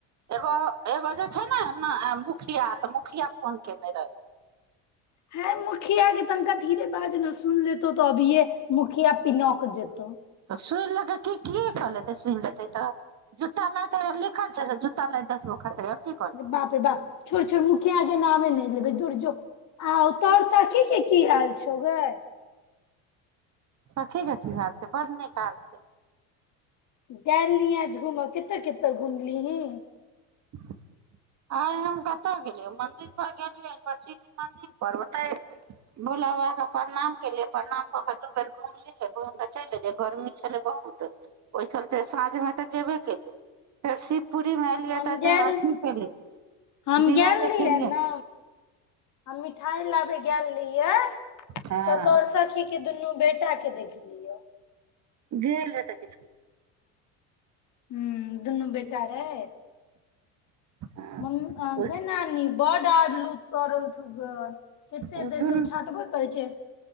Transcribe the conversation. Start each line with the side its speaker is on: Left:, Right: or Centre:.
Right: एगो एगो जे छै ने मुखिया क क्रिया कोन केने रह
Left: है मुखिया के तनिका धीरे बाज ने सुन लेतो तऽ अभिये मुखिया पिनक जेतौ
Right: सुनले क की कि कहलतै सुन लेत तऽ जूतताा लाे लिखल छै जूता ला दगो खतै आर की करलै
Left: बाप रे बाप छोड़ मुखियाके नामे नहि लेबै दुरजोग आ तोर साखी के की हाल छौ गे
Right: सखी की हाल छै बढ़ नीक हाल छै
Left: गेयल रिहाँ घुम आज घुमऽ कते कते घुमली ही
Right: <inaudible> आइ हम कतय गेलियै मन्दिरपर गेलियै यूनिवर्सिटी मन्दिर परर ओतहि भोला बाबाकेँ प्रणाम केलियै प्रणाम कऽ कऽ दू बेर घुमलियै घुमि कऽ चलि एलियै गरमी छलै बहुत ओहि चलते साँझमे तऽ गेबे केलियै फेर शिव पूरी मेलए
Left: हम
Right: तऽ
Left: गेल
Right: ज अथी <inaudible>
Left: हम
Right: दिया
Left: गेल
Right: देखलियै
Left: रहियै ने हम मिठाइ लाबे गेल रहिए तऽ
Right: हँ
Left: तोहर सखी के दुनू बेटा के देखलियौ
Right: द रहत कि
Left: ह दुनू बेटा रह
Right: हँ
Left: म ग नानी बड आरलू सड़ल छौ घर कते
Right: ओ
Left: देर
Right: दुनू
Left: सँ हम छाँटबे करै छियै,